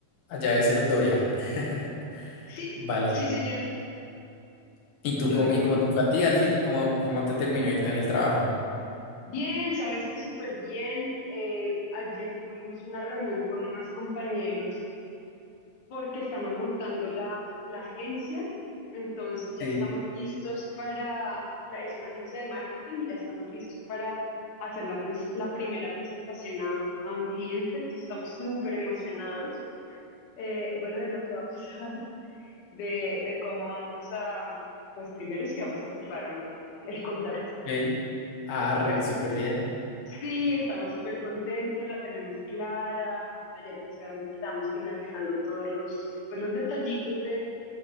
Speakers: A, on the left; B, on the left.
A: allá de Cerdoria. <laughs>
B: Sí,
A: Vale.
B: sí, señor.
A: ¿Y tú
B: Dorian.
A: cómo, y cómo te fue a ti al fin? ¿Cómo, cómo te terminó de irte en el trabajo?
B: Bien, sabes que súper bien. Eh, ayer tuvimos una reunión con unos compañeros porque estamos montando la, la agencia, entonces ya
A: Sí.
B: estamos listos para, la, es una agencia de marketing y ya estamos listos para hacer la, pres- la primera presentación a, a un cliente, entonces estamos súper emocionados, eh, bueno, de lo que va a pasar, <laughs> de, de cómo vamos a, pues primero si vamos a cerrar o no el contrato.
A: ok. Arre,
B: Y
A: súper bien.
B: sí, estamos súper contentos, la tenemos clara. Ayer pues obviamente estábamos finalizando todos los, pues, los detallitos de